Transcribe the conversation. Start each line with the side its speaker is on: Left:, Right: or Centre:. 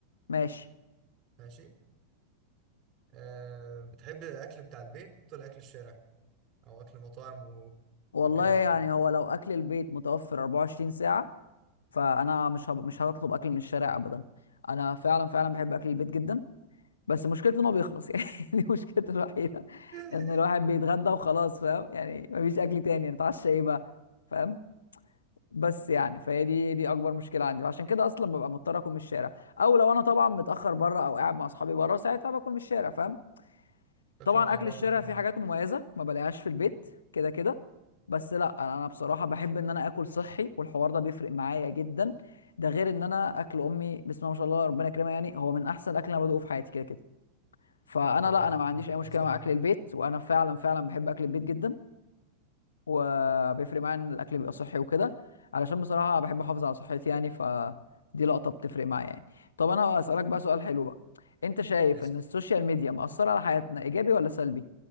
Left: ماشي
Right: ماشي أه، بتحب الاكل بتاع البيت ولا اكل الشارع او اكل مطاعم و...
Left: والله
Right: وكده
Left: يعني
Right: يعني
Left: هو لو اكل البيت متوفر 24 ساعة فانا مش هب... مش هطلب اكل من الشارع ابدا انا فعلا فعلا بحب اكل البيت جدا بس مشكلته ان هو بيخلص يعني <laughs> دي مشكلته الوحيده
Right: <laughs>
Left: ان الواحد بيتغدى وخلاص فاهم يعني مفيش اكل تاني نتعشى ايه بقى فاهم بس يعني فهي دي دي اكبر مشكله عندي فعشان كده اصلا ببقى مضطر اكل من الشارع او لو انا طبعا متاخر بره او قاعد مع اصحابي بره ساعتها باكل من الشارع فاهم
Right: تاكلوا
Left: طبعا
Right: مع
Left: اكل
Right: بعض
Left: الشارع
Right: وكده
Left: فيه حاجات مميزه ما بلاقيهاش في البيت كده كده بس لا انا أنا بصراحه بحب ان انا اكل صحي والحوار ده بيفرق معايا جدا ده غير ان انا اكل امي بسم الله ما شاء الله ربنا يكرمها يعني هو من احسن اكل انا بدوقه في حياتي كده كده فانا
Right: ربنا
Left: لا
Right: يخليك
Left: انا ما عنديش اي
Right: للناس
Left: مشكله
Right: يا
Left: مع اكل البيت وانا فعلا فعلا بحب اكل البيت جدا وبيفرق معايا ان الاكل بيبقى صحي وكده علشان بصراحه بحب احافظ على صحتي يعني فدي لقطه بتفرق معايا يعني طب انا هسالك بقى سؤال حلو بقى انت شايف
Right: رب
Left: ان السوشيال ميديا مأثره على حياتنا ايجابي ولا سلبي